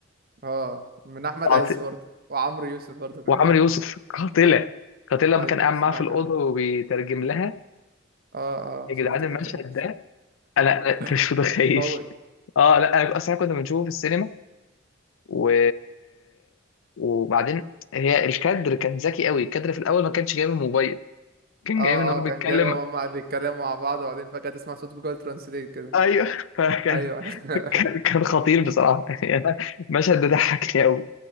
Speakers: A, on the right (about 50°); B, on the left (about 75°).
A: اه من احمد
B: قاتله
A: عز برضه وعمرو يوسف برضه كان
B: وعمرو
A: جامد
B: يوسف قاتله قاتله
A: ايوه
B: لما كان قاعد
A: الصراحه
B: معاها في الاوضه
A: كان حلو
B: وبيترجم لها
A: اه
B: يا
A: اه شفت
B: جدعان المشهد
A: الحته دي
B: ده انا انا
A: <laughs>
B: انت مش متخيل
A: قوي
B: اه لا انا اصلا كنا بنشوفه في السينما و وبعدين هي الكادر كان ذكي قوي الكادر في الاول ما كانش جايب الموبايل كان
A: اه
B: جايب ان هو
A: اه كان
B: بيتكلم
A: جايبه هما بيتكلموا مع بعض وبعدين فجاه تسمع صوت جوجل ترانسليت كده
B: ايوه فكان
A: ايوه <laughs>
B: <laughs> كان كان خطير بصراحه يعني انا المشهد ده ضحكني قوي